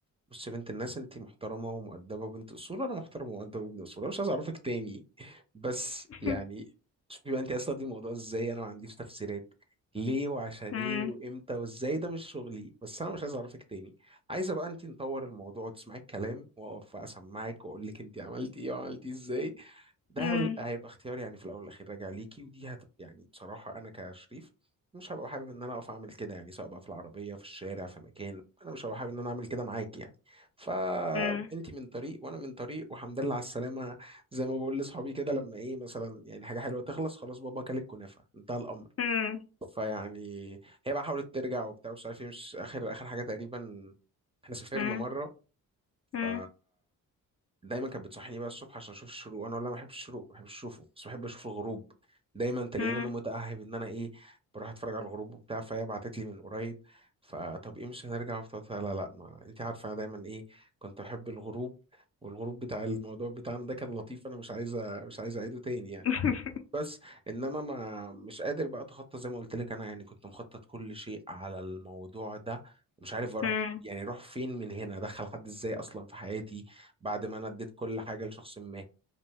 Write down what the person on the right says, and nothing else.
بص يا بنت الناس انت محترمه ومؤدبه وبنت اصول انا محترم ومؤدب وابن اصول انا مش عايز اعرفك تاني بس
يعني شوفي بقى انت اصلا دي الموضوع ازاي انا ما عنديش تفسيرات ليه وعشان
ايه وامتى وازاي ده مش شغلي بس انا مش عايز اعرفك تاني عايزه بقى انت نطور الموضوع وتسمعي الكلام واقف بقى اسمعك واقول لك انت عملتي ايه وعملتي ازاي ده
هل- هيبقى اختيار يعني في الاول والاخير راجع ليكي ودي هت يعني بصراحه انا كشريف مش هبقى حابب ان انا اقف اعمل كده يعني سواء بقى في العربيه في الشارع في مكان انا مش هبقى حابب ان انا اعمل كده معاك يعني فانت
من طريق وانا من طريق والحمد لله على السلامه زي ما بقول لاصحابي كده لما ايه مثلا يعني حاجه حلوه تخلص خلاص بابا كل الكنافه انتهى الامر
فيعني هي بقى حاولت ترجع وبتاع مش عارف ايه مش اخر اخر حاجه تقريبا احنا سافرنا
مره
ف دايما كانت بتصحيني بقى الصبح عشان اشوف الشروق انا والله ما بحبش الشروق ما بحبش اشوفه بس بحب اشوف الغروب دايما تلاقيني
انا متاهب ان انا ايه بروح اتفرج على الغروب وبتاع فهي بعتت لي من قريب فطب ايه مش هنرجع وبتاع لا لا ما انت عارفه انا دايما ايه كنت احب الغروب والغروب بتاع الموضوع بتاعنا ده كان لطيف انا مش عايزه مش عايزه اعيده تاني يعني
بس انما ما مش قادر بقى اتخطى زي ما قلت لك انا يعني كنت مخطط كل شيء على الموضوع ده مش عارف اروح
يعني اروح فين من هنا ادخل حد ازاي اصلا في حياتي بعد ما انا اديت كل حاجه لشخص ما